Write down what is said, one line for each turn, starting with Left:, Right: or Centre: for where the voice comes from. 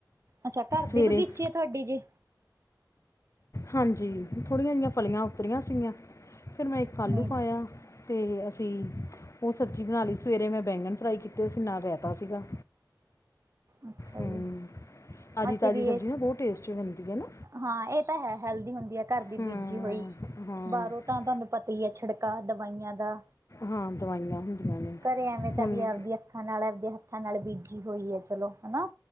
Right: ਅੱਛਾ ਘਰ
Left: ਸਵੇਰੇ
Right: ਦੀ ਬਗੀਚੀ ਹੈ ਤੁਹਾਡੀ ਜੇ
Left: ਹਾਂਜੀ ਥੋੜ੍ਹੀਆਂ ਜਿਹੀਆਂ ਫਲੀਆਂ ਉੱਤਰੀਆਂ ਸੀਗੀਆਂ ਫੇਿਰ ਮੈਂ ਇੱਕ ਆਲੂ
Right: ਨਹੀਂ
Left: ਪਾਇਆ ਤੇ ਅਸੀਂ ਉਹ ਸਬਜ਼ੀ ਬਣਾ ਲਈ ਸਵੇਰੇ ਮੈਂ ਬੈਂਗਨ ਫਰਾਈ ਕੀਤੇ ਅਸੀਂ ਨਾ ਰੈਤਾ ਸੀਗਾ।
Right: ਅੱਛਾ
Left: ਹੂੰ
Right: ਜੀ
Left: ਤਾਜ਼ੀ
Right: ਅਸੀਂ
Left: ਤਾਜ਼ੀ
Right: ਵੀ
Left: ਸਬਜ਼ੀ
Right: ਇਸ
Left: ਨਾ ਬਹੁਤ ਟੇਸਟੀ ਬਣਦੀ ਹੈ ਨਾ
Right: ਹਾਂ ਇਹ ਤਾਂ ਹੈ ਹੈਲਦੀ ਹੁੰਦੀ ਹੈ ਘਰ ਦੀ
Left: ਹਾਂ
Right: ਬੀਜੀ ਹੋਈ
Left: ਹਾਂ
Right: ਬਾਹਰੋਂ ਤਾਂ ਤੁਹਾਨੂੰ ਪਤਾ ਹੀ ਹੈ ਛਿੜਕਾਅ ਦਵਾਈਆਂ ਦਾ
Left: ਹਾਂ ਦਵਾਈਆਂ ਹੁੰਦੀਆਂ ਨੇ
Right: ਘਰੇ ਐਵੇਂ ਤਾਂ
Left: ਹੁਣ
Right: ਵੀ ਆਪਦੀ ਅੱਖਾਂ ਨਾਲ ਆਪਦੇ ਹੱਥਾਂ ਨਾਲ ਬੀਜੀ ਹੋਈ ਹੈ ਚਲੋ ਹਨਾ